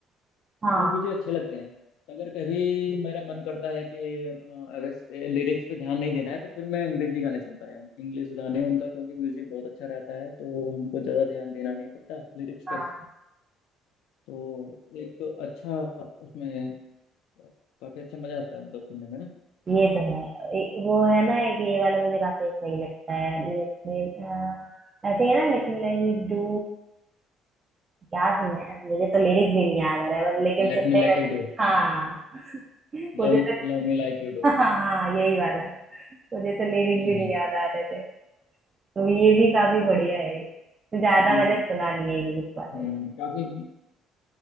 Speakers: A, on the right (about 30°); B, on the left (about 85°).
A: हाँ
B: वो मुझे अच्छे लगते हैं अगर कभी मेरा मन करता है कि अगर लिरिक्स पे ध्यान नहीं देना है तो फिर मैं अंग्रेजी गाने सुनता हूँ इंग्लिश गाने उनका क्योंकि म्यूजिक बहुत अच्छा रहता है तो हमको ज़्यादा ध्यान देना नहीं पड़ता लिरिक्स
A: हाँ
B: पे तो एक अच्छा उसमें काफ़ी अच्छा मज़ा आता है मतलब सुनने में ना
A: ये तो है ए- वो है ना एक ये वाला मुझे काफी सही लगता है लेट मी ऐसे ही है ना लेट मी लाइक डू क्या सुना है मुझे तो लिरिक्स भी नहीं याद आ रहा है बस लेकिन
B: Let
A: सुनने
B: me like
A: में
B: you do
A: हाँ <laughs> मुझे
B: Love
A: तो
B: Love me like you do
A: हाँ हाँ हाँ, यही वाला मुझे तो लिरिक्स
B: And
A: भी नहीं याद आ रहे थे तो ये भी काफी बढ़िया है ये। तो ज्यादा
B: हम्म
A: मैंने सुना नहीं है इंग्लिश वाले
B: हम्म, काफी